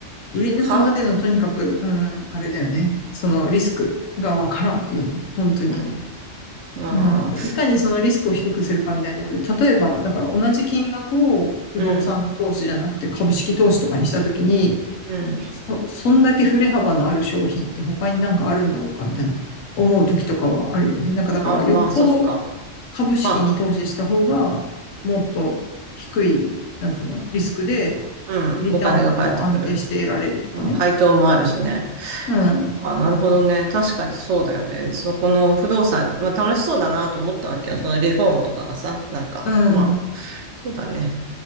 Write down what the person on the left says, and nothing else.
売り抜くまでのとにかく、
うん、あれだよね。そのリスクがわからんよね。本当に。
うん、いかにそのリスクを低くするかみたいなところで、例えば、だから同じ金額を不動産投資じゃなくて株式投資とかにしたときに、
そ、そんだけ振れ幅のある商品って他になんかあるんだろうかみたいな思うときとかはあるよね。なんかだから、
よっぽど株式に投資した方が、
もっと低い、なんつうの、リスクで、
リターンも安定して得られるとかね。
うん、
うん、